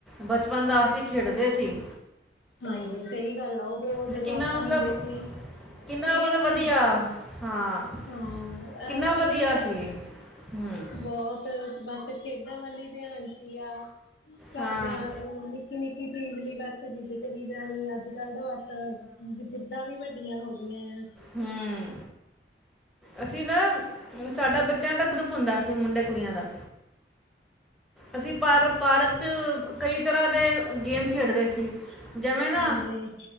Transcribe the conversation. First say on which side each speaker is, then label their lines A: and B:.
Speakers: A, in the centre; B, on the left.
A: ਬਚਪਨ ਦਾ ਅਸੀਂ ਖੇਡਦੇ ਸੀ
B: ਹਾਂਜੀ ਸਹੀ ਗੱਲ ਉਦੋਂ ਜਦੋਂ
A: ਤੇ ਕਿੰਨਾ
B: ਆਪਾਂ
A: ਮਤਲਬ
B: ਹੁੰਦੇ ਸੀ
A: ਕਿੰਨਾ
B: ਸੀਗੇ
A: ਮਤਲਬ
B: ਨਹੀ
A: ਵਧੀਆ
B: ਏਦਾਂ ਦੇ
A: ਹਾਂ
B: ਹਾਂ
A: ਕਿੰਨਾ
B: ਸੀ
A: ਵਧੀਆ
B: ਨ
A: ਹੂੰ,
B: ਬਹੁਤ ਬਸ ਖੇਡ <unintelligible> ਦਾਵਲੀ ਤੇ ਹੰਟੀ ਆ <unintelligible> ਘਰਦਿਆਂ
A: ਹਾਂ,
B: ਉਹ ਨਿੱ ਨਿੱਕੀ ਨਿੱਕੀ ਚੀਜ਼ ਲਈ ਬਸ ਜਿੱਦ ਕਰੀ ਜਾਣੀ ਅੱਜ ਕੱਲ੍ਹ ਦਾ ਜਿੱਦਾਂ ਵੀ ਛੁਟੀਆਂ ਹੋ ਗਈਆਂ
A: ਹਮ ਅਸੀਂ ਨਾ ਸਾਡਾ ਬੱਚਾ ਬੱਚਿਆਂ ਦਾ ਗਰੁੱਪ ਹੁੰਦਾ ਸੀ ਮੁੰਡੇ ਕੁੜੀਆਂ ਦਾ ਅਸੀਂ ਪਾਰ ਪਾਰਕ ਚ ਕਈ ਤਰ੍ਹਾਂ ਦੇ ਗੇਮ ਖੇਡਦੇ ਸੀ ਜਿਵੇਂ ਨਾ
B: ਹਾਂਜੀ